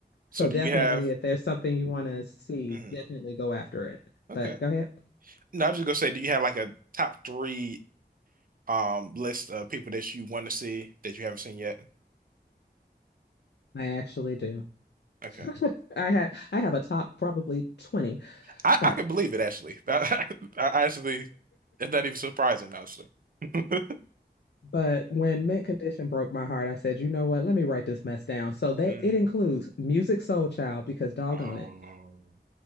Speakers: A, on the right (about 55°); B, on the left (about 85°).
A: So
B: So
A: do
B: definitely
A: you have?
B: if there's something you want to see,
A: Mm,
B: definitely go after it.
A: okay.
B: But go ahead.
A: No, I was just gonna say, do you have like a top three um list of people that you want to see that you haven't seen yet?
B: I actually do.
A: Okay.
B: <laughs> I have I have a top probably 20,
A: I,
B: but
A: I can believe it actually. <laughs> I, I actually, it's not even surprising, honestly. <laughs>
B: But when Mint Condition broke my heart, I said, you know what? Let me write this mess down. So that
A: Hmm.
B: it includes Music Soul Child because doggone
A: Oh,
B: it. <laughs>